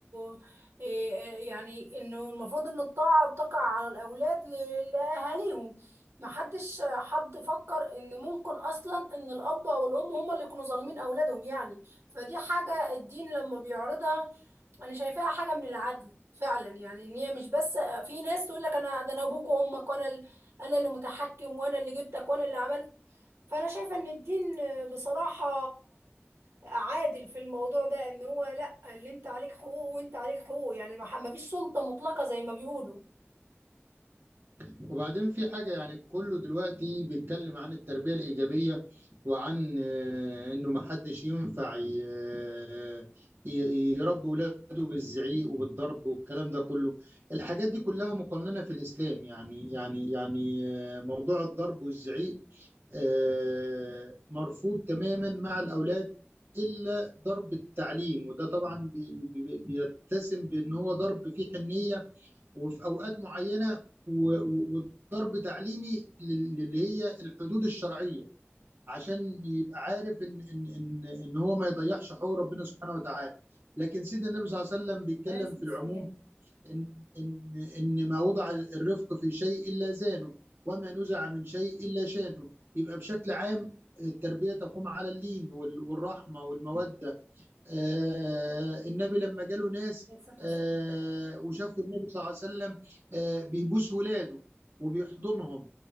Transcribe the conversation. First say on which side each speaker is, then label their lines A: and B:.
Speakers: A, on the right; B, on the right.
A: إيه- إيه يعني انه المفروض ان الطاعة بتقع على الاولاد ل- لاهاليهم محدش حد فكر ان ممكن اصلا ان الاب او الام هم اللي يكونوا ظالمين اولادهم يعني فدي حاجة الدين لما بيعرضها انا شايفاها حاجه من العدل فعلا يعني ان هي مش بس في ناس تقول لك انا ده انا ابوك وامك وانا ال- انا اللي متحكم وانا اللي جبتك وانا اللي عملت فانا شايفه ان الدين بصراحه عادل في الموضوع ده ان هو لا اللي انت عليك حقوق وانت عليك حقوق يعني ما ح- ما فيش سلطه مطلقه زي ما بيقولوا
B: وبعدين في حاجة يعني كله دلوقتي بيتكلم عن التربية الإيجابية وعن آه، إنه محدش ينفع ي- آه، ي- يربي ولاده بالزعيق وبالضرب والكلام ده كله الحاجات دي كلها مقننة في الإسلام يعني يعني يعني آه، موضوع الضرب والزعيق آه، مرفوض تماما مع الأولاد إلا ضرب التعليم وده طبعا بي- بي- بيتسم بأن هو ضرب فيه حنية وفي اوقات معينه و- و- وضرب تعليمي لل- للي هي الحدود الشرعيه عشان يبقى عارف ان ان ان ان هو ما يضيعش حقوق ربنا سبحانه وتعالى لكن سيدنا النبي صلى الله عليه وسلم بيتكلم
A: انا نسيت
B: في العموم
A: السلام
B: ان ان ان ما وضع الرفق في شيء الا زانه وما نزع من شيء الا شانه يبقى بشكل عام التربيه تقوم على اللين وال- والرحمه والموده آه، النبي لما جاله ناس
A: نسيت
B: آه،
A: أصلاً.
B: وشافوا النبي صلى الله عليه وسلم آه، بيبوس ولاده وبيحضنهم